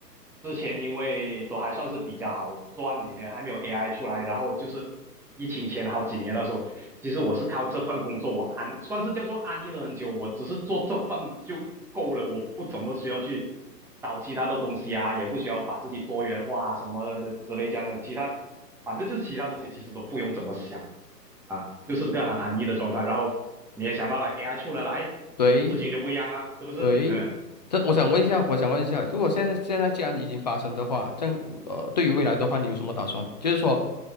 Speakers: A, in the centre; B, on the left.
A: 之前因为都还算是比较好赚一点，还没有 AI 出来，然后就是疫情前好几年的时候，其实我是靠这份工作我安，算是叫做安逸了很久，我只是做这份就够了，我不怎么需要去找其他的东西啊，也不需要把自己多元化啊什么的之类这样的，其他反正就是其他东西其实都不用怎么想。就是这个很安逸的状态。然后你也想到了 AI 出了来，
B: 对，
A: 事情就不一样了，是不是？
B: 对，
A: 嗯，
B: 这我想问一下，我想问一下，如果现在现在既然已经发生的话，这样呃，对于未来的话，你有什么打算？就是说，